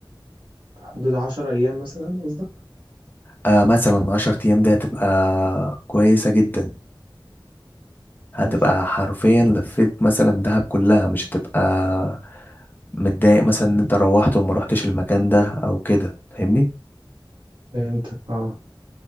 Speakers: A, on the right; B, on the left.
A: حدود عشر ايام مثلا قصدك
B: آه مثلا عشر ايام دي هتبقى كويسة جدا هتبقى
A: امم
B: حرفيا لفيت مثلا دهب كلها مش هتبقى متضايق مثلا ان انت روحت وما روحتش المكان ده او كده فاهمني
A: فهمتك اه